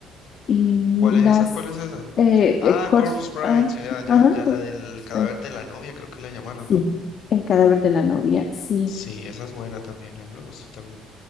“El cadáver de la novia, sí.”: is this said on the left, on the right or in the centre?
Left